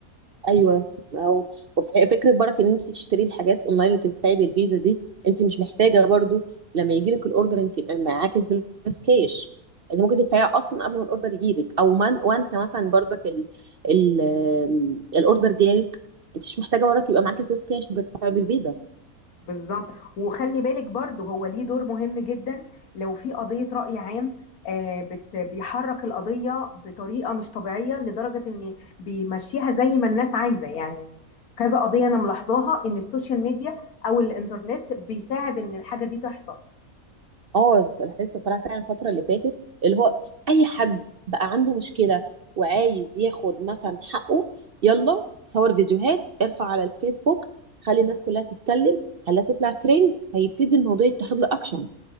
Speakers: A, on the right; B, on the left.
A: ايوه او وف- فكره برك ان انت تشتري الحاجات اونلاين وتدفعي بالفيزا دي انت مش محتاجه برضو لما يجي لك الاوردر انت يبقى معاكي فلوس كاش انت ممكن تدفعيها اصلا قبل ما الاوردر يجي لك او من وانسى مثلا برضك ال ال آم، الاوردر جالك انت مش محتاجه برك يبقى معاكي فلوس كاش ممكن تدفعي بالفيزا
B: بالظبط وخلي بالك برضه هو ليه دور مهم جدا لو في قضية رأي عام آه، بت- بيحرك القضية بطريقة مش طبيعية لدرجة ان بيمشيها زي ما الناس عايزة يعني كذا قضية انا ملاحظاها ان السوشيال ميديا او الانترنت بيساعد ان الحاجة دي تحصل
A: اه لاحظت الصراحه فعلا الفتره اللي فاتت اللي هو اي حد بقى عنده مشكله وعايز ياخد مثلا حقه يلا صور فيديوهات ارفع على الفيسبوك خلي الناس كلها تتكلم خليها تطلع ترند فيبتدي الموضوع يتاخد له اكشن